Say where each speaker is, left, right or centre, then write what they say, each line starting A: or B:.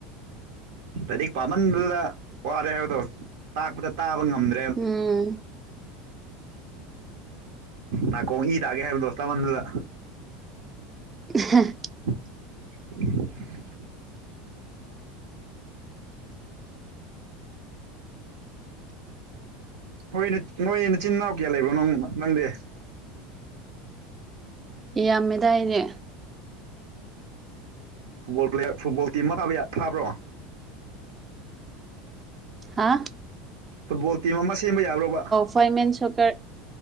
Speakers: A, on the right; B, on the right.
A: ꯂꯥꯏꯔꯤꯛ ꯄꯥꯃꯟꯕꯗꯨꯗ ꯋꯥꯔꯦ ꯍꯥꯏꯕꯗꯣ ꯇꯥꯛꯄꯗ ꯇꯥꯕ ꯉꯝꯃꯦ
B: ꯎꯝ
A: ꯅꯥꯀꯣꯡ ꯏ ꯇꯥꯒꯦ ꯍꯥꯏꯕꯗꯣ ꯇꯥꯃꯟꯗꯅ
B: ꯑꯍꯥ
A: <unintelligible> ꯍꯣꯏꯅꯦ ꯅꯣꯏ ꯅꯆꯤꯟ ꯏꯅꯥꯎ ꯀꯌꯥ ꯂꯩꯕꯣ ꯅ ꯅꯪꯗꯦ
B: ꯌꯥꯝꯃꯦꯗꯥꯏꯅꯦ
A: ꯐꯨꯠꯕꯣꯜ ꯄ꯭ꯂꯦꯌꯥꯔ ꯐꯨꯠꯕꯣꯜ ꯇꯤꯝ ꯑꯃ ꯄꯕꯦꯌ ꯊꯥꯕ꯭ꯔꯣ
B: ꯍꯥꯥ
A: ꯐꯨꯠꯕꯣꯜ ꯇꯤꯝ ꯑꯃ ꯁꯦꯝꯕ ꯌꯥꯕ꯭ꯔꯣꯕ
B: ꯐꯣꯏ ꯃꯦꯟ ꯁꯣꯀꯔ